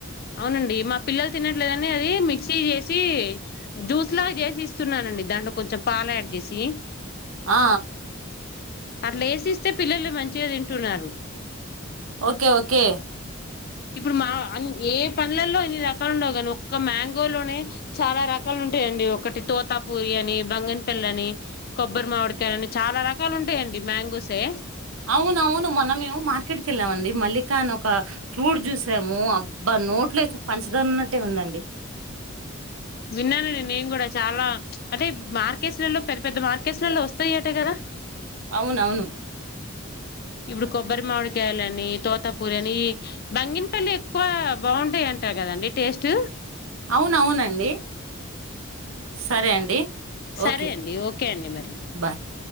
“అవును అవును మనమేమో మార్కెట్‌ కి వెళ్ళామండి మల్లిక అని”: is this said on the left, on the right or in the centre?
Right